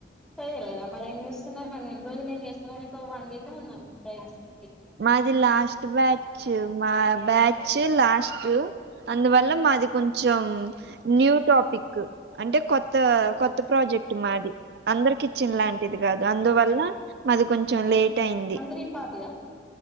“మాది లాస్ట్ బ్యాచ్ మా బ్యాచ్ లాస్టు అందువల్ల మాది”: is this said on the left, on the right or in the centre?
Right